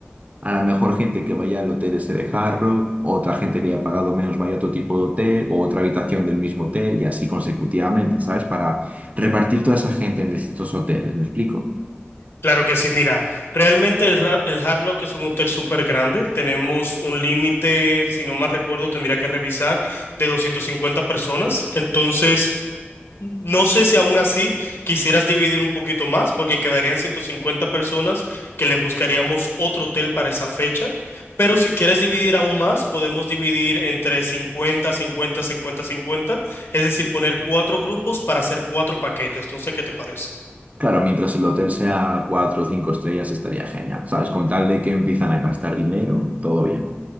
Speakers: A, on the right; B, on the left.
A: a lo mejor gente que vaya al hotel ese de Hard Rock, otra gente que haya pagado menos vaya a otro tipo de hotel o otra habitación del mismo hotel y así consecutivamente, ¿sabes? Para repartir toda esa gente en distintos hoteles, ¿me explico?
B: claro que sí. Mira, realmente el, Ra- el Hard Rock es un hotel súper grande. Tenemos un límite, si no mal recuerdo, tendría que revisar, de 250 personas. Entonces... No sé si aún así quisieras dividir un poquito más, porque quedarían 150 personas que le buscaríamos otro hotel para esa fecha, pero si quieres dividir aún más, podemos dividir entre 50, 50, 50, 50. es decir, poner cuatro grupos para hacer cuatro paquetes, no sé qué te parece.
A: Claro, mientras el hotel sea cuatro o cinco estrellas estaría genial, ¿sabes? Con tal de que empiezan a gastar dinero, todo bien.